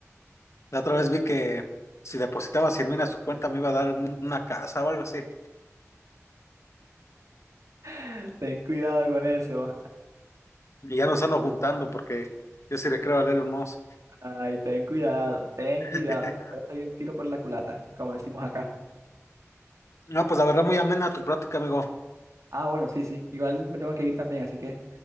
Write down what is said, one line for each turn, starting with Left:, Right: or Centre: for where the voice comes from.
Left: La otra vez vi que si depositaba 100 mil a su cuenta me iba a dar un- una casa o algo así.
Right: <laughs> Ten cuidado con eso.
Left: Y ya nos ando juntando porque yo sí le creo a Elon Musk.
Right: Ay, ten cuidado, ten
Left: <laughs>
Right: cuidado. Te puede salir el tiro por la culata, como decimos acá.
Left: No, pues la verdad muy amena tu plática, amigo.
Right: Ah, bueno, sí, sí. Igual me tengo que ir también, así que